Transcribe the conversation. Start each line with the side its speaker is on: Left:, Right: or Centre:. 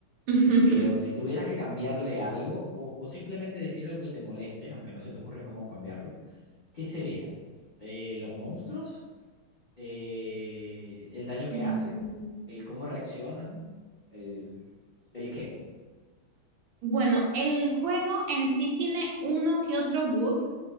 Right: <laughs>
Left: Pero si tuvieras que cambiarle algo o, o simplemente decir algo que te moleste, aunque no se te ocurre cómo cambiarlo, ¿qué sería? Eh, ¿los monstruos? eh, el daño que
Right: Mm,
Left: hacen, el cómo reaccionan, el, el qué.
Right: Bueno, el juego en sí tiene uno que otro bug